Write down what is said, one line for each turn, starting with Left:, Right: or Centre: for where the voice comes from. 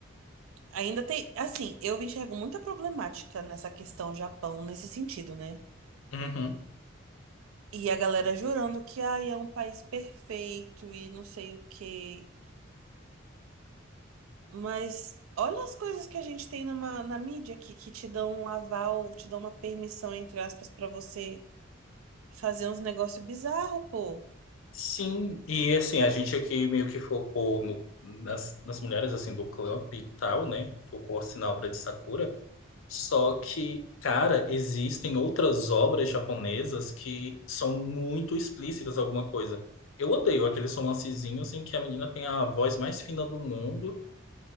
Right: Ainda tem. Assim, eu enxergo muita problemática nessa questão Japão, nesse sentido, né?
Left: Uhum.
Right: E a galera jurando que ai, é um país perfeito e não sei o quê. Mas olha as coisas que a gente tem numa, na mídia aqui, que te dão um aval, te dão uma permissão, entre aspas, pra você Fazer uns negócios bizarros, pô.
Left: Sim, e assim, a gente aqui meio que focou no- nas, nas mulheres, assim, do clube e tal, né? Focou, o sinal, pra de Sakura. Só que, cara, existem outras obras japonesas que são muito explícitas alguma coisa. Eu odeio aqueles romancezinhos em que a menina tem a voz mais fina do mundo.